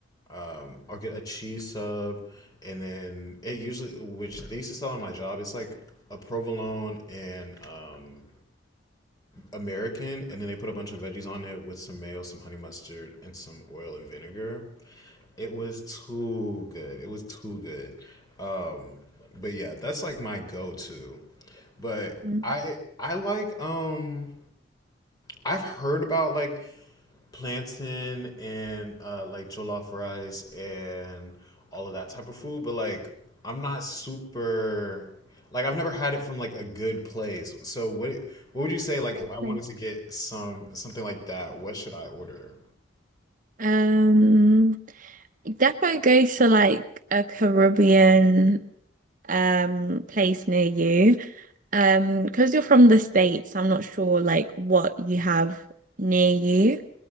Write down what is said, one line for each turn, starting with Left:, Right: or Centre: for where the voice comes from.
Left: um I'll get a cheese sub and then it usually which they used to sell on my job, it's like a provolone and um American and then they put a bunch of veggies on it with some mayo, some honey mustard, and some oil and vinegar. It was too good. It was too good. Um, but yeah, that's like my go-to. But
Right: Mm.
Left: I I like um I've heard about like plantain and uh like jollof rice and all of that type of food, but like I'm not super like I've never had it from like a good place. So what what would you say like
Right: Don't
Left: if I
Right: play.
Left: wanted to get some something like that, what should I order?
Right: Um, Definitely go to like a Caribbean um place near you. Um, because you're from the States, I'm not sure like what you have near you.